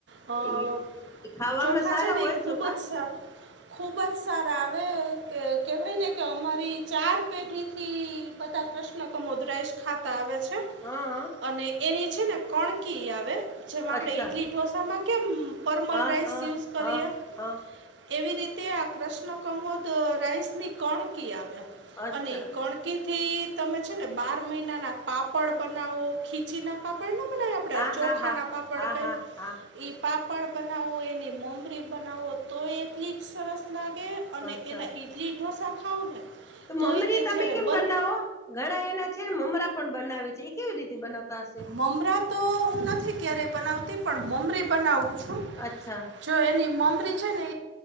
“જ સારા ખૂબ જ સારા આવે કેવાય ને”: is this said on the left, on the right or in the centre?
Right